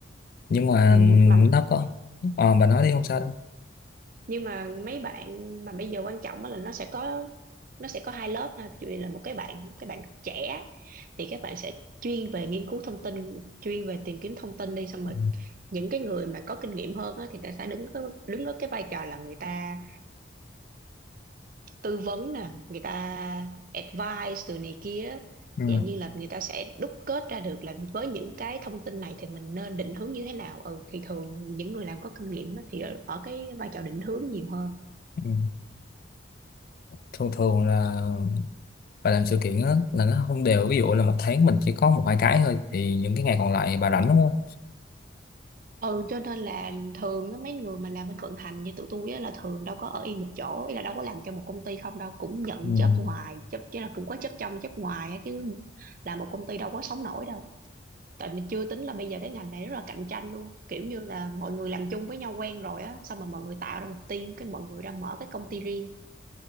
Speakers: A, on the left (about 50°); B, on the right (about 45°).
A: nhưng mà
B: Ừ,
A: ừ,
B: mà
A: nó có ờ bà nói đi không sao đâu
B: nhưng mà mấy bạn mà bây giờ quan trọng á là nó sẽ có nó sẽ có hai lớp ha ví dụ như là một cái bạn cái bạn trẻ thì các bạn sẽ chuyên về nghiên cứu thông tin chuyên về tìm kiếm thông tin đi xong
A: ừ.
B: rồi những cái người mà có kinh nghiệm hơn á, thì người ta sẽ đứng ở- đứng ở cái vai trò là người ta tư vấn nè người ta advice từ này kia
A: Ừ.
B: dạng như là người ta sẽ đúc kết ra được là với những cái thông tin này thì mình nên định hướng như thế nào ừ thì thường những người làm có kinh nghiệm á, thì ở, ở cái vai trò định hướng nhiều hơn
A: Ừ. thường thường là bà làm sự kiện á là nó không đều ví dụ là một tháng mình chỉ có một hai cái thôi thì những cái ngày còn lại bà rảnh đúng không
B: ừ cho nên là thường á, mấy người mà làm bên vận hành như tụi tôi á, là thường đâu có ở yên một chỗ ý là đâu có làm cho một công ty không đâu cũng nhận
A: ừ.
B: job ngoài job chứ là cũng có job trong job ngoài á, chứ là một công ty đâu có sống nổi đâu tại mình chưa tính là bây giờ cái ngành này rất là cạnh tranh luôn kiểu như là mọi người làm chung với nhau quen rồi á xong mà mọi người tạo ra một team cái mọi người ra mở cái công ty riêng